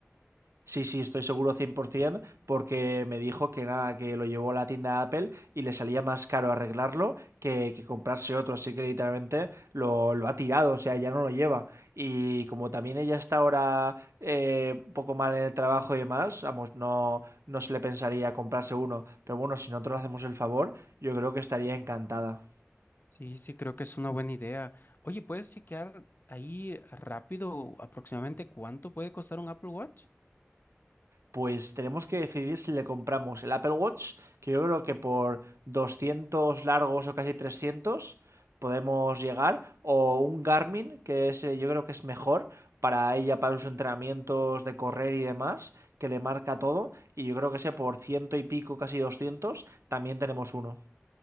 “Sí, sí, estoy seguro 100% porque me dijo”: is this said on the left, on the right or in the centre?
Right